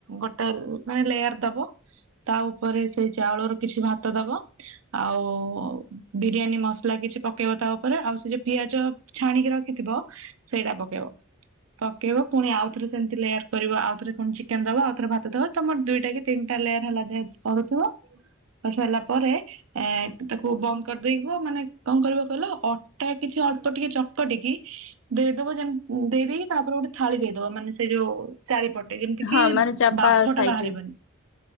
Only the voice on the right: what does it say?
ଗୋଟେ ମାନେ ଲେୟାର ଦବ ତା ଉପରେ ସେଇ ଚାଉଳରୁ କିଛି ଭାତ ଦବ। ଆଉ ବିରିୟାନୀ ମସଲା କିଛି ପକେଇବ ତା ଉପରେ। ଆଉ ସେ ଯଉ ପିଆଜ ଛାଣିକି ରଖିଥିବ ସେଇଟା ପକେଇବ। ପକେଇବ ପୁଣି ଆଉଥରେ ସେମିତି ଲେୟାର କରିବ। ଆଉଥରେ ପୁଣ ଚିକେନ ଦବ ଆଉ ଥରେ ଭାତ ଦବ ତମର ଦୁଇଟା କି ତିନ ତା ଲେୟାର ହେଲା ଯାଏ କରୁଥିବ। କରି ସାରିଲା ପରେ ଏ ତାକୁ ବନ୍ଦ କରିଦେଇଥିବ, ମାନେ କଣ କରିବ କହିଲ ଅଟା କିଛି ଅଳ୍ପ ଟିକେ ଚକଟିକି ଦେଇଦବ ଯେମି ଦେଇଦେଇକି ତାପରେ ଗୋଟେ ଥାଳି ଦେଇଦବ ମାନେ ସେ ଯୋଉ ଚାରିପଟେ ଯେମିତି କି
ବାମ୍ଫ
ଟା ବାହାରିବନି।